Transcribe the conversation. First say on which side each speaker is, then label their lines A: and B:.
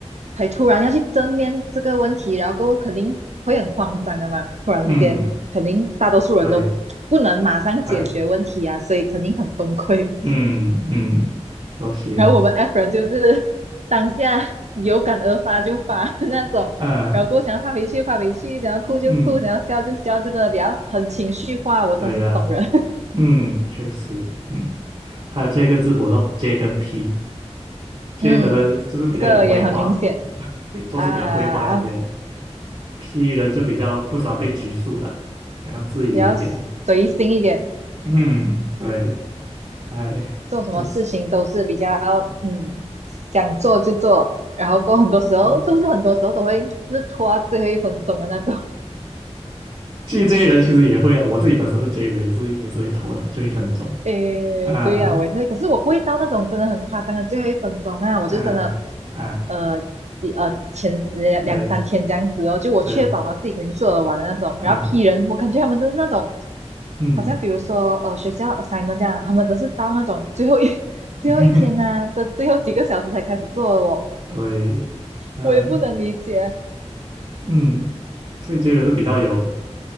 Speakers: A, on the right (about 75°); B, on the right (about 45°).
A: 才突然要去正面这个问题，然后过后肯定会很慌张的嘛，突然之间肯定大多数人都不能马上解决问题啊，
B: 嗯。对，哎，
A: 所以肯定很崩溃。
B: 嗯嗯，都需要，
A: 然后我们 F 人就是 <laughs> 当下有感而发就发的那种，
B: 嗯
A: 然后过后想要发脾气发脾气，想要哭就哭，
B: 嗯，
A: 想要笑就笑，就真的比较很情绪化。我真是这种人，
B: 对呀、嗯，确实，嗯，还有这个字母咯，J 跟 P，J
A: <laughs> 嗯，
B: 的人就是比较有规划，
A: 这个也很明显
B: <laughs> 比做事比较规划一点
A: 啊，
B: ，P 人就比较不喜欢被拘束了，想要自由一点，
A: 比较随心一点，
B: 嗯，对，哎，
A: 做什么事情都是比较
B: 就
A: 嗯想做就做，然后过后很多时候是不是很多时候都会就是拖到最后一分钟的那种。
B: 嗯其这 j 人其实也会啊，我自己本身是 J 人，也是有时候会拖到就一分钟，
A: 诶，
B: 啊
A: 对呀、我也是，可是我不会到那种真的很夸张的最后一分钟啊，我就真的，
B: 啊啊。
A: 呃，几呃前两两三天这样子哦，
B: 对
A: 就我确保我自己肯定做得完的那种，
B: 对，啊，
A: 然后 P 人，我感觉他们真的是那种，
B: 嗯，
A: 好像比如说呃学校 assignment 这样，他们只是到那种最后一 <laughs>
B: <laughs>
A: 最后一天呐、的最后几个小时才开始做的哦，
B: 对，哎，
A: 我也不能理解
B: 嗯，所以这个是比较有，